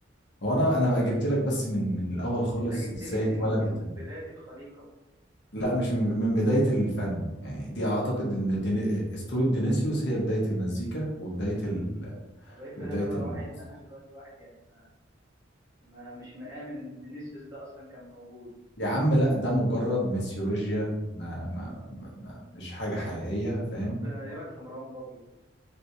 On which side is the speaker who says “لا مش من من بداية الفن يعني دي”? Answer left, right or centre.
Left